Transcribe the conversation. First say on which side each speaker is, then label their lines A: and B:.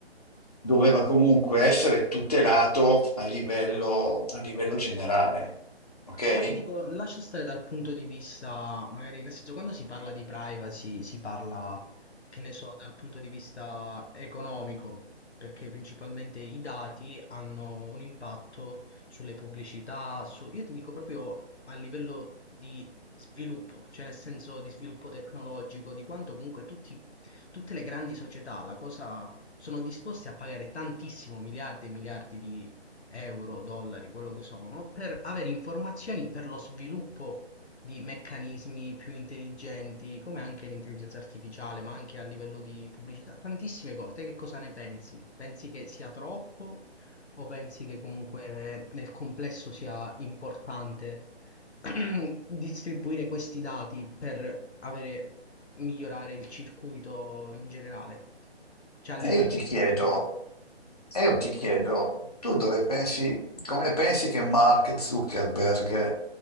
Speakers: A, on the left; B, on the left.
A: doveva comunque essere tutelato a livello, a livello generale. Ok?
B: No, ma io dico, lascia stare dal punto di vista, magari, nel senso, quando si parla di privacy, si parla, che ne so, dal punto di vista economico, perché principalmente i dati hanno un impatto sulle pubblicità, su... io ti dico proprio a livello di sviluppo, cioè nel senso di sviluppo tecnologico, di quanto comunque tutti, tutte le grandi società, la cosa, sono disposte a pagare tantissimo, miliardi e miliardi euro, dollari, quello che sono, per avere informazioni per lo sviluppo di meccanismi più intelligenti, come anche l'intelligenza artificiale, ma anche a livello di pubblicità, tantissime cose. Te che cosa ne pensi? Pensi che sia troppo o pensi che comunque nel complesso sia importante <clears throat> distribuire questi dati per avere, migliorare il circuito in generale, cioè a
A: E
B: livello
A: io ti chiedo,
B: futuro?
A: e io ti chiedo, tu dove pensi, come pensi che Mark Zuckerberg